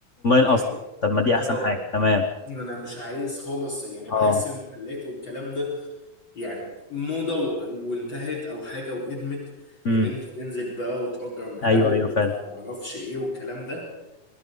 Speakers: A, on the left; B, on the left.
A: يعني
B: اصلا طب ما دي احسن
A: اه
B: حاجه تمام
A: مم. انا مش عايز خالص يعني
B: اه
A: بحس المحلات والكلام ده يعني موضة و- وانتهت او حاجة وقدمت
B: امم
A: ان انت تنزل بقى وتأجر محل
B: ايوه ايوه
A: وتدفع
B: فعلا
A: معرفش ايه والكلام ده